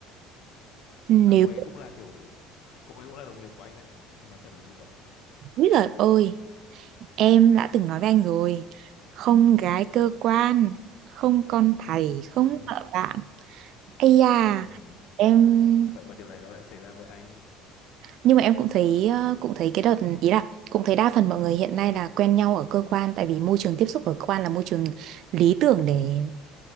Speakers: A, on the right; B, on the left.
A: nếu
B: mà cô ấy cũng là kiểu cô ấy cũng là đồng nghiệp của anh đấy anh nói thật là như vậy
A: úi giời ơi em đã từng nói với anh rồi không gái cơ quan không con thầy không
B: đúng
A: vợ bạn ây da
B: ừ
A: em
B: vậy mà điều này nó lại xảy ra với anh
A: nhưng mà em cũng thấy ờ, cũng thấy cái đợt ý là cũng thấy đa phần mọi người hiện nay là quen nhau ở cơ quan tại vì môi trường tiếp xúc ở cơ quan là môi trường lý tưởng để